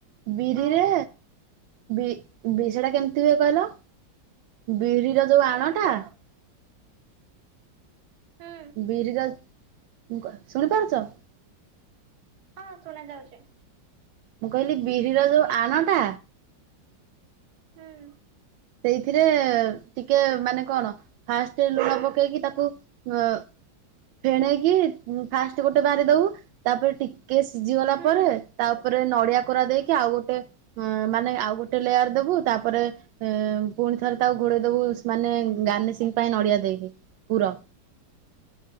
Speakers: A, on the right; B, on the right.
A: ବିରିରେ
B: ଆଉ
A: ବି ବି ସେଟା କେମିତି ହୁଏ କହିଲ? ବିରିର ଯୋଉ
B: କେମିତି
A: ଆଣଟା
B: ହୁଁ
A: ବିରିର ଗ ଶୁଣିପାରୁଚ।
B: ହଁ ଶୁଣା ଯାଉଛି।
A: ମୁଁ କହିଲି ବିରିର ଯୋଉ ଆଣଟା
B: ହୁଁ
A: ସେଇଥିରେ ଟିକେ ମାନେ କଣ? ଫାଷ୍ଟରେ ଲୁଣ ପକେଇକି ତାକୁ ଅ ଫେଣେଇକି ଫାଷ୍ଟ ଗୋଟେ ବାରି ଦଉ ତାପରେ ଟିକେ ସିଝି ଗଲା
B: ହୁଁ
A: ପରେ ତାପରେ ନଡିଆ କୋରା ଦେଇକି ଆଉ ଗୋଟେ ହଁ ମାନେ ଆଉ ଗୋଟେ ଲେୟାର ଦବୁ ତାପରେ ଏ ପୁଣି ଥରେ ତାକୁ ଘୋଡେଇ ଦବୁ ମାନେ ଗାନେସିଂ ପାଇଁ ନଡିଆ ଦେଇକି ପୁର